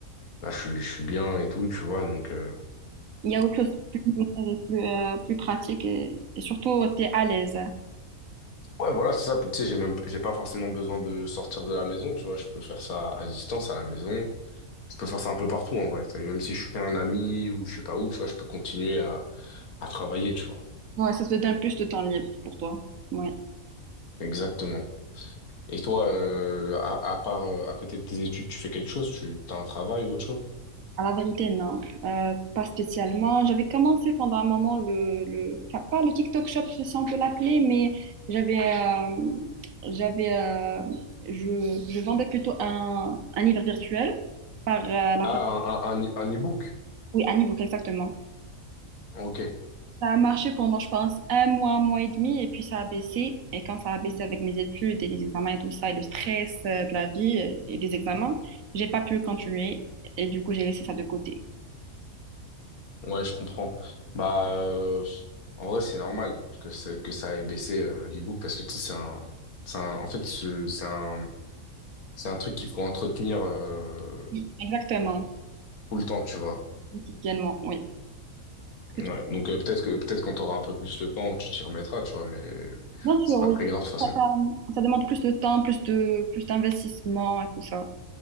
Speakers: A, on the left (about 85°); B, on the right (about 70°).
A: Là, je suis, je suis bien et tout, tu vois, donc... euh,
B: Il y a autre chose de plus, euh, plus, euh, plus pratique et, et surtout, t'es à l'aise.
A: Ouais, voilà, c'est ça. Puis, tu sais, j'ai même, j'ai pas forcément besoin de sortir de la maison, tu vois. Je peux faire ça à distance, à la maison. Je peux faire ça un peu partout, en vrai. Tu sais, Même si je suis chez un ami ou je sais pas où, tu vois, je peux continuer à, à travailler, tu vois.
B: Ouais, ça te donne plus de temps libre pour toi. Ouais.
A: Exactement. Et toi, euh, à, à part, euh, à côté de tes études, tu fais quelque chose? Tu as un travail ou autre chose?
B: À la vérité, non, Euh, pas spécialement. J'avais commencé pendant un moment le, le, enfin pas le TikTok Shop, je sais si on peut l'appeler, mais j'avais, euh, j'avais, euh, je, je vendais plutôt un, un livre virtuel par euh, la
A: Ah,
B: plateforme,
A: un, un, un e-book.
B: oui, un ebook exactement.
A: Ok.
B: Ça a marché pendant, je pense, un mois, un mois et demi, et puis ça a baissé. Et quand ça a baissé avec mes études et les examens et tout ça, et le stress euh, de la vie euh, et des examens, j'ai pas pu continuer, et du coup j'ai laissé ça de côté.
A: Ouais, je comprends. Bah, euh, en vrai, c'est normal que, ça- que ça ait baissé euh, l'e-book parce que tu sais, c'est un, c'est un- en fait, c'est c'est un, C'est un truc qu'il faut entretenir euh,
B: Oui, exactement,
A: tout le temps, tu vois.
B: quotidiennement, oui. que
A: Ouais.
B: tu-
A: Donc euh, peut-être que peut-être quand t'auras un peu plus le temps, tu t'y remettras, tu vois, mais
B: Bien sûr,
A: c'est pas
B: oui.
A: très grave de toute façon.
B: Ça, ça- ça demande plus de temps, plus de, plus d'investissement et tout ça.